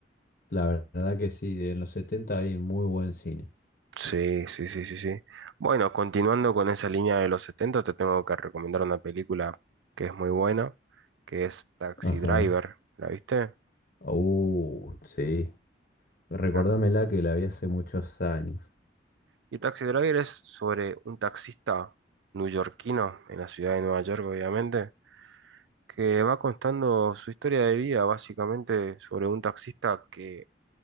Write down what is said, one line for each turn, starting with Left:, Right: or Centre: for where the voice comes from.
Left: La verdad que sí, en los 70 hay muy buen cine.
Right: Sí, sí, sí, sí, sí. Bueno, continuando con esa línea de los 70, te tengo que recomendar una película que es muy buena, que es Taxi
Left: Ajá.
Right: Driver. ¿La viste?
Left: Uh, sí. Recordámela
Right: La-
Left: que la vi hace muchos años.
Right: Y Taxi Driver es sobre un taxista neoyorquino en la ciudad de Nueva York, obviamente que va contando su historia de vida, básicamente sobre un taxista que